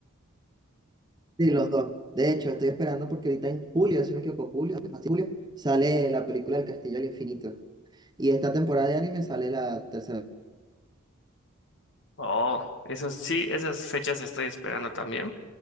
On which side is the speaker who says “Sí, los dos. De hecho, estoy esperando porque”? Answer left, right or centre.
Right